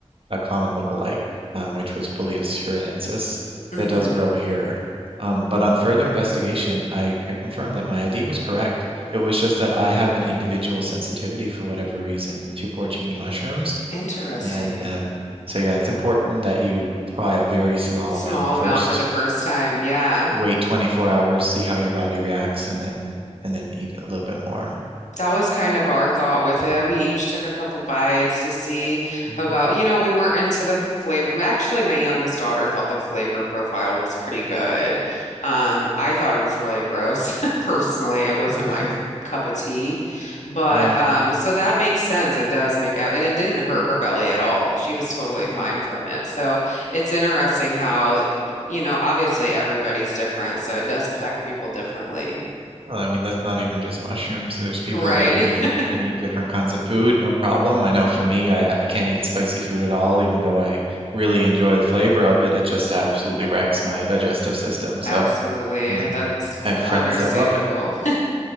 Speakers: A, on the right; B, on the left.
A: a common lookalike, um, which was Boletus hurinensis,
B: hmm
A: that does grow here. Um, but on further investigation, I, I confirmed that my ID was correct. It was just that I have an individual sensitivity for whatever reason to porcini mushrooms,
B: Interesting.
A: and uh, so yeah, it's important that you try a very small
B: Small
A: amount first.
B: amount for the first time. Yeah.
A: Wait 24 hours, see how your body reacts, and then and then eat a little bit more.
B: That was kind of our thought with it. We each took a couple bites to see
A: hmm
B: about, you know, we weren't into the flavor. Actually, my youngest daughter thought the flavor profile was pretty good. Um, I thought it was really gross. <laughs> Personally, it wasn't
A: Hmm.
B: my cup of tea. But
A: <laughs> yeah.
B: um, so that makes sense. It does make out, and it didn't hurt her belly at all. She was totally
A: Hmm.
B: fine from it. So it's interesting how, y- you know, obviously everybody's different, so it does affect people differently.
A: Well, I mean, that's not even just mushrooms. There's people
B: Right.
A: that, you know,
B: <laughs>
A: can eat different kinds of food, no problem. I know for me, I, I can't eat spicy food at all, even though I really enjoy the flavor of it. It just absolutely wrecks my digestive system. So,
B: Absolutely.
A: and then
B: That's
A: I have
B: understandable.
A: friends that love it.
B: <laughs>